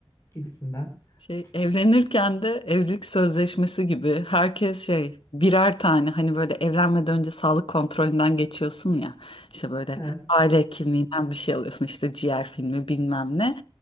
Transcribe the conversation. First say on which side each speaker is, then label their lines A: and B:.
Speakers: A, on the left; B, on the left.
A: gibisinden.
B: Şey,
A: <laughs>
B: evlenirken de evlilik sözleşmesi gibi herkes şey birer tane hani böyle evlenmeden önce sağlık kontrolünden geçiyorsun ya işte böyle
A: Ha,
B: aile kimliğinden bir şey alıyorsun işte ciğer filmi bilmem ne.